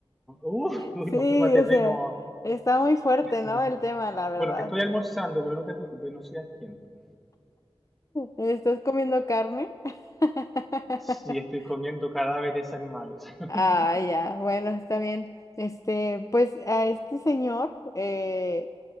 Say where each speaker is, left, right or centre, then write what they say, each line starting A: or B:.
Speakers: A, in the centre; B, on the left (about 30°).
A: Uh, <laughs>
B: Sí,
A: uy, nos fuimos a terreno.
B: o sea, está muy fuerte,
A: <laughs>
B: ¿no? El tema, la verdad.
A: Bueno, estoy almorzando, pero no te preocupes, no seas quieto.
B: ¿Estás comiendo carne? <laughs>
A: Sí, estoy comiendo cadáveres animales. <laughs>
B: Ah, ya, bueno, está bien. Este, pues a este señor, eh,